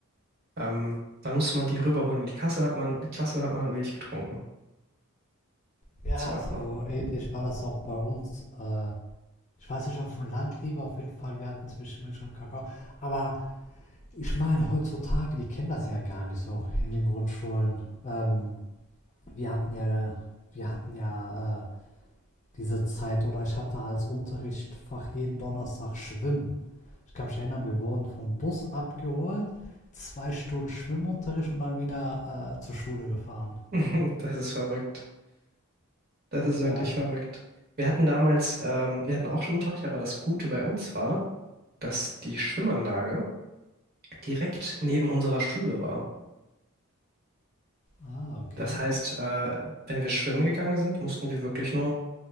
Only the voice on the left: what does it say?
Ja,
so
ähnlich war das auch bei uns. Äh, ich weiß nicht, ob von Land lieber, auf jeden Fall, wir hatten zwischen Milch und Kakao. Aber ich meine, heutzutage, die kennen das ja gar nicht so in den Grundschulen. Ähm, wir hatten ja, wir hatten ja äh, diese Zeit oder ich hatte als Unterrichtsfach jeden Donnerstag Schwimmen. Ich kann mich erinnern, wir wurden vom Bus abgeholt, zwei Stunden Schwimmunterricht und dann wieder äh, zur Schule gefahren.
Ja.
Ah, okay.